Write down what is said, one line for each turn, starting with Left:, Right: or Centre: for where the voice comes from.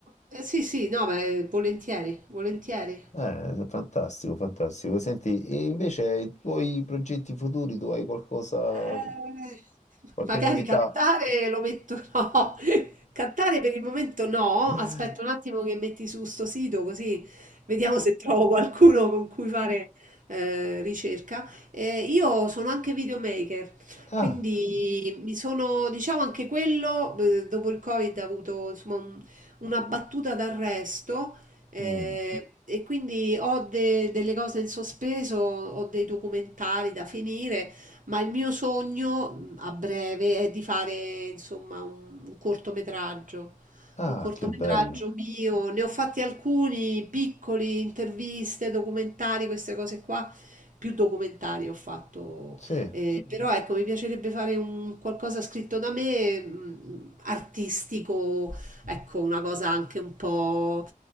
Right: eh, sì, sì, no, beh, volentieri, volentieri.
Left: eh, fantastico, fantastico. Senti, e invece i tuoi progetti futuri, tu hai qualcosa,
Right: Eh,
Left: qualche
Right: magari
Left: novità?
Right: cantare lo metto no. <laughs> Cantare per il momento no.
Left: <laughs>
Right: Aspetto un attimo che metti su sto sito così vediamo se trovo qualcuno con cui fare eh, ricerca. Eh, io sono anche videomaker,
Left: Ah,
Right: quindi mi sono, diciamo anche quello, eh, dopo il Covid ha avuto insomma un- una battuta d'arresto. eh,
Left: mm,
Right: E quindi ho de- delle cose in sospeso, ho dei documentari da finire, ma il mio sogno mh, a breve è di fare insomma un, un cortometraggio,
Left: ah,
Right: un cortometraggio
Left: che bello.
Right: mio. Ne ho fatti alcuni piccoli, interviste, documentari, queste cose qua. Più documentari ho fatto,
Left: Sì,
Right: eh, però ecco, mi piacerebbe fare un qualcosa scritto da me, mh, artistico, ecco, una cosa anche un po'